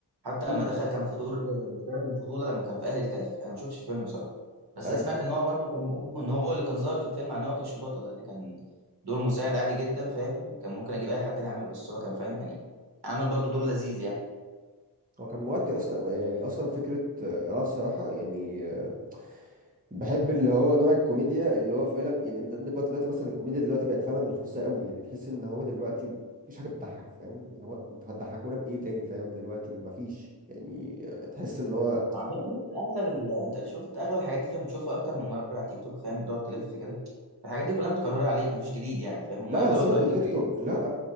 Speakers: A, on the right; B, on the right.
A: حتى
B: امم
A: لما دخل كان في دور مساعد في البطولة لما كان في أهل الكهف أنا ما شفتش الفيلم بصراحة بس
B: ايوه
A: أنا سمعت إن هو برضه كان مقضي إن هو اللي كان ظاهر في الفيلم عن إن هو كانش البطل لا ده كان دور مساعد عادي جدا فاهم كان ممكن أجيب أي حد تاني يعمله بس هو كان فاهم يعني عمل برضه دور لذيذ يعني
B: هو كان مودي اصلا يعني اصلا فكره آه، انا بصراحه يعني آه، بحب اللي هو نوع الكوميديا اللي هو فعلا يعني انت عندك وقت دلوقتي مثلا الكوميديا دلوقتي بقت فعلا رخيصه قوي يعني تحس ان هو دلوقتي مفيش حاجه بتضحك فاهم اللي هو انتوا هتضحكونا بايه تاني فاهم دلوقتي مفيش يعني آه، تحس ان هو
A: عشان انت شفت اغلب ال... انت شفت اغلب الحاجات دي فاهم بتشوفها اكتر من مره على تيك توك فاهم بتقعد تلف كده الحاجات دي كلها متكرره عليك مفيش جديد يعني فاهم هم
B: لا
A: اغلبها
B: سيبك
A: دلوقتي
B: من تيك
A: بي-
B: توك لا